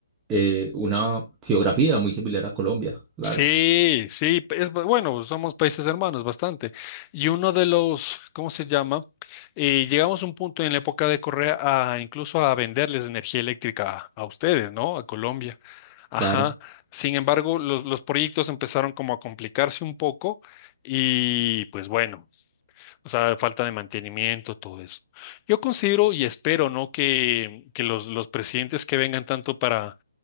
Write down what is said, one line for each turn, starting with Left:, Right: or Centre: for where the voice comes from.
Right: eh, una geografía muy similar a Colombia, claro,
Left: Sí, sí, es, bu- bueno, somos países hermanos bastante. Y uno de los, ¿cómo se llama? Eh, llegamos a un punto en la época de Correa a incluso a venderles energía eléctrica a, a ustedes, ¿no? A Colombia. Ajá.
Right: claro.
Left: Sin embargo, los, los proyectos empezaron como a complicarse un poco y pues bueno, o sea, falta de mantenimiento, todo eso. Yo considero y espero, ¿no? Que, que los, los presidentes que vengan tanto para